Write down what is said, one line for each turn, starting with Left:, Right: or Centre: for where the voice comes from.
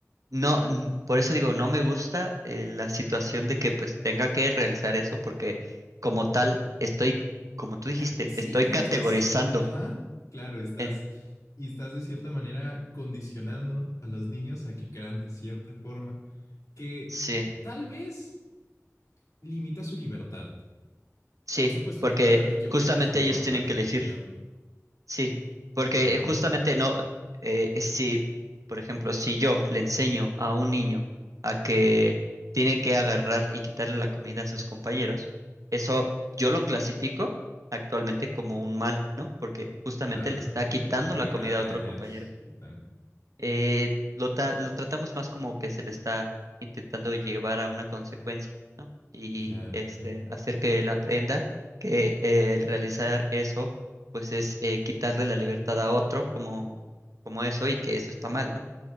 Right: no, n- por eso digo, no me gusta eh, la situación de que pues tenga que realizar eso, porque como tal, estoy, como tú
Left: Cla-
Right: dijiste,
Left: sí,
Right: estoy
Left: claro,
Right: categorizando.
Left: estás, ajá, claro, estás
Right: en-
Left: y estás de cierta manera condicionando a los niños a que crean de cierta forma que
Right: sí,
Left: tal vez limita su libertad.
Right: sí,
Left: Por supuesto,
Right: porque
Left: pero yo
Right: justamente
Left: creo que es lo mejor,
Right: ellos tienen
Left: claro,
Right: que elegir.
Left: lo indicado.
Right: Sí, porque
Left: Ajá,
Right: eh, justamente no, eh, si, por ejemplo, si yo le enseño a un niño a que tiene que agarrar y quitarle la comida a sus compañeros, eso yo lo clasifico actualmente como un mal, ¿no? Porque justamente
Left: claro,
Right: le está quitando
Left: y lo
Right: la
Left: regañas
Right: comida a otro compañero
Left: y tal.
Right: eh, lo, ta- lo tratamos más como que se le está intentando llevar a una consecuencia, ¿no? Y
Left: Claro,
Right: este,
Left: claro.
Right: hacer que él aprenda que eh, el realizar eso, pues es eh, quitarle la libertad a otro como, como eso y que eso está mal, ¿no?